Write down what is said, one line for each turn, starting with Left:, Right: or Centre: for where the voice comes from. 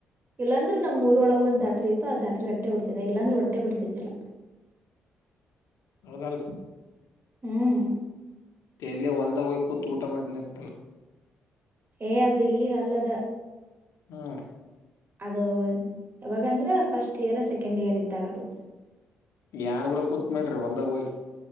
Right: ಇಲ್ಲಾಂದ್ರೆ ನಮ್ ಮೂರೊಳಗ ಒ್ ಜಾತ್ರೆ ಇತ್ತು ಆ ಜಾತ್ರೆಗೆ ಅಟ್ಟೆ ಹೊಡ್ತಿದೆ ಇಲ್ಲಾಂದ್ರೆ ಹೊಟ್ಟೆ ಬಿಡ್ತಿದ್ದಾ
Left: ಹಳಗಾರ್
Right: ಹ್ಮ್
Left: ಎಲ್ಲಿ ಹೊಲ್ದಾಗ ಹೋಗಿ ಕೂತ ಊಟ ಮಾಡ್ತನಿತ್ತ
Right: ಏ ಅದು ಈಗಲ್ಲದ
Left: ಹ್ಮ್ರೀ
Right: ಅದು ಯಾವಾಗಂದ್ರೆ ಫಸ್ಟ್ ಇಯರ್ ಸೆಕೆಂಡ್ ಇಯರ್ ಇದ್ದಾಗ ಅದು
Left: ಯಾರು ಕೂಡ ಕೂತ್ ಮಾಡ್ರಿ ಹೊಲ್ದಾಗ ಹೋಯಿ